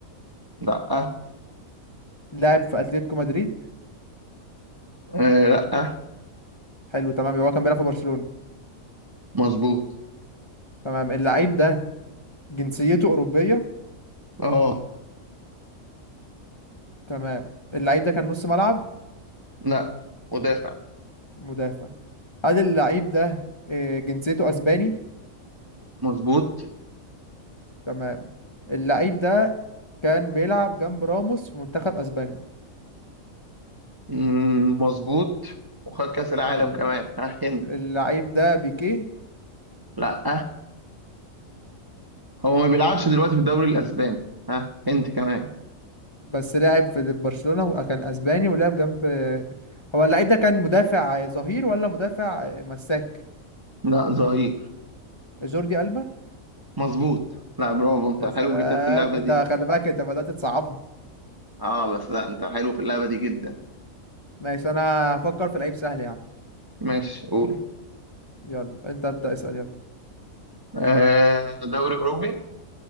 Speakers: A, on the right; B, on the left.
A: لا
B: لعب في اتلتيكو مدريد
A: آه لا
B: حلو تمام يبقى هو كان بيلعب في برشلونة
A: مظبوط
B: تمام اللعيب ده جنسيته اوروبية
A: اه
B: تمام اللعيب ده كان نص ملعب
A: لا مدافع
B: مدافع هل اللعيب ده آه، جنسيته اسباني
A: مظبوط
B: تمام اللعيب ده كان بيلعب جنب راموس في منتخب اسبانيا
A: مم، مظبوط وخد كأس العالم
B: ال-
A: كمان ها هند
B: اللعيب ده بيكيه
A: لا هو ما بيلعبش دلوقتي في الدوري الأسباني ها هند كمان
B: بس لعب في برشلونة وكان اسباني ولعب جنب هو اللعيب ده كان مدافع ظهير ولا مدافع مساك
A: لا ظهير
B: جوردي ألبا
A: مظبوط لا برافو انت
B: يا سلام
A: حلو جدا في اللعبة
B: انت
A: دي
B: خلي بالك انت بدأت تصعبها
A: اه بس لا انت حلو في اللعبة دي جدا
B: ماشي انا هفكر في لعيب سهل يا عم
A: ماشي قول
B: يلا انت ابدأ اسأل يلا
A: آه دوري أوروبي